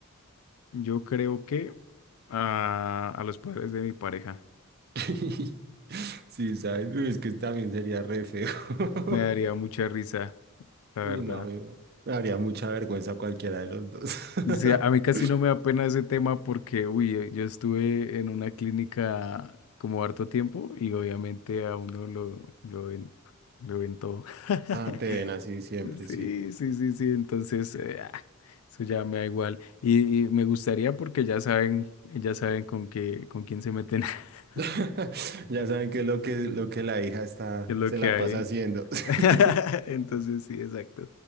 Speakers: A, on the left; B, on the right.
A: Yo creo que a, a los padres de mi pareja
B: <laughs> Sí, ¿sabes? Uy, Es que también sería re feo. <laughs>
A: me daría mucha risa, la
B: Uy,
A: verdad.
B: no, me me daría mucha vergüenza cualquiera de los dos. <laughs>
A: Sí, a mí casi no me da pena ese tema porque, uy, eh, yo estuve en una clínica como harto tiempo y obviamente a uno lo, lo ven, lo ven todo. <laughs>
B: Ah, te ven así siempre, sí.
A: Sí, sí, sí, sí, entonces eh, ah, eso ya me da igual. Y, y me gustaría porque ya saben, ya saben con qué, con quién se meten, <laughs>
B: <laughs> Ya saben que es lo que, lo que la hija está,
A: qué es lo
B: se
A: que
B: la
A: hay.
B: pasa haciendo. <laughs>
A: <laughs> Entonces sí, exacto.